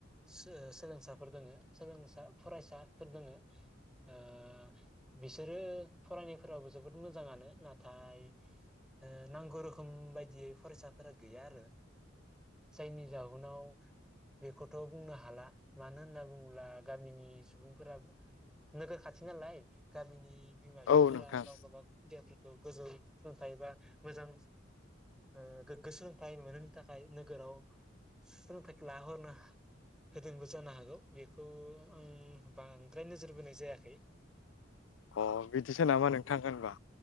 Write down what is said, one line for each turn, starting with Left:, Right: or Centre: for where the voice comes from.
Centre: सो ओ सोलोंसाफोर दोङो सोलोंसा फरायसाफोर दोङो ओ बिसोरो फरायनायफोरावो जोबोद मोजाङानो नाथाय ओ नांगौ रोखोम बायदियै फरायसाफोरा गैया आरो जायनि जाउनाव बेखौथ' बुंनो हाला मानो होनना बुङोब्ला गामिनि सुबुंफोरा नोगोर खाथि नालाय गामिनि बिमा फिफाफोरा
Left: औ नोंथां
Centre: गाव गाबागाव खुदियाफोरखौ गोजौ सोलोंथाइ बा मोजां ओ गोग्गो सोलोंथाइ मोनहोनो थाखाय नोगोराव सोलोंथाइखौ लाहरनो होदोंबो जानो हागौ बेखौ आं बांद्राय नोजोर बोनाय जायाखै।
Left: अ बिदिसो नामा नोंथां होनबा